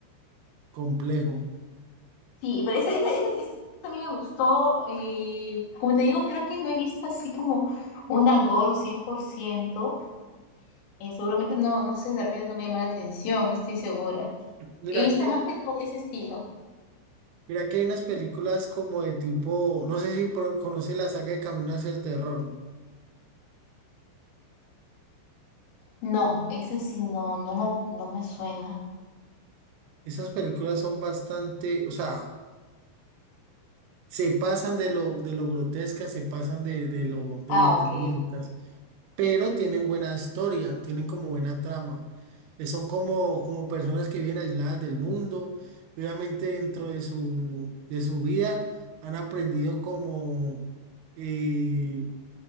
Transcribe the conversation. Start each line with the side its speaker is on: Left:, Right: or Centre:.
Right: complejo.
Left: Sí, pero esa, esa, esa, esa a mí me gustó y como te digo, creo que no he visto así como una gore 100%. Eh, seguramente no, no sé, de repente no me llamó la atención, no estoy segura.
Right: Mira
Left: He visto
Right: que,
Left: más que todo ese estilo.
Right: mira que hay unas películas como de tipo, no sé si pro- conoce la saga de Camino hacia el Terror.
Left: No, esa sí no, no, la- no me suena.
Right: Esas películas son bastante, o sea, se pasan de lo, de lo grotescas, se pasan de, de lo, de
Left: Ah,
Right: los
Left: ok.
Right: sangrientas, pero tienen buena historia, tienen como buena trama. Eh, Son como, como personas que viven aisladas del mundo, y obviamente dentro de su, de su vida han aprendido como, eh,